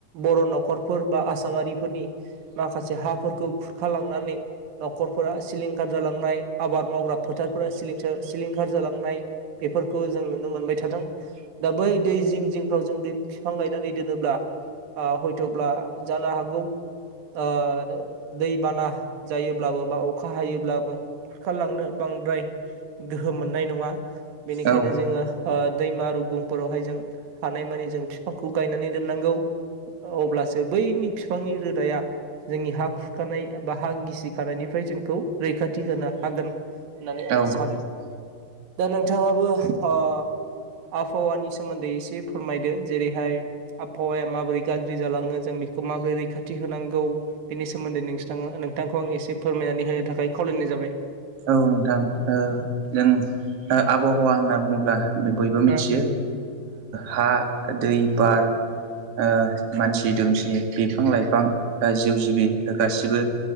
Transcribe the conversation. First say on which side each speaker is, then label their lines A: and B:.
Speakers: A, on the right; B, on the right.
A: बर' न'खरफोर बा आसामारिफोरनि माखासे हा हाफोरखौ खुरखालांनानै न'खरफोरा सिलिंखार जालांनाय आबाद मावग्रा फोथारफोरां सिलिंखार जालांनाय बेफोरखौ जों नुनो मोनबाय। थादों दा बै दै जिं जिंफ्राव जों दै बिफां गायनानै दोनोब्ला हयथ'ब्ला जानो हागौ। ओ दै बाना जायोब्लाबो बा अखा हायोब्लाबो खारलांनो बांद्राय गोहो मोननाय नङा बेनिखायनो
B: औ
A: जोङो ओ दैमा रुगुंफोरावहाय जों हानायमानि जों बिफांखौ गायनानै दोननांगौ अब्लासो बैनि बिफांनि रोदाया जोंनि हा खुरखानाय बा हा गिसिखानायनिफ्राय जोंखौ रैखाथि होनो हागोन। होननानै आं
B: औ
A: सानो
B: औ
A: दा नोंथांङाबो ओ
B: <inaudible>
A: आबहावानि सोमोन्दै एसे फोरमायदो जेरैहाय आबहावाया माबोरै गाज्रि जालाङो जों बेखौ माबोरै रैखाथि होनांगौ बेनि सोमोन्दै नोंथांङा नोंथांखौ आं एसे फोरमायनानै होनो थाखाय खावलायनाय जाबाय
B: औ नोंथां ओ जों आबहावा होनना बुङोब्ला बयबो मिथियो
A: ओ
B: हा दै बार ओ मानसि दुमसि बिफां लाइफां जिउ जिबि गासिबो